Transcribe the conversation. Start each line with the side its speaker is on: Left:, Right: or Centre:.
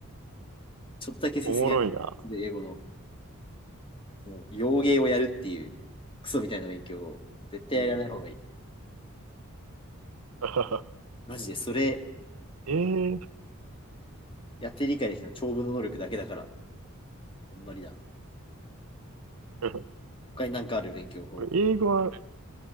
Left: ちょっとだけ成績がで英語の、
Right: おもろいな。
Left: もう、洋芸をやるっていう、クソみたいな勉強を、絶対やらない方がいい。
Right: うん。<laughs>
Left: マジで、それ、
Right: ええー、
Left: やって理解できたの長文の能力だけだから、あんまりだな。
Right: うん
Left: 他になんかある勉強法。
Right: 俺、英語は、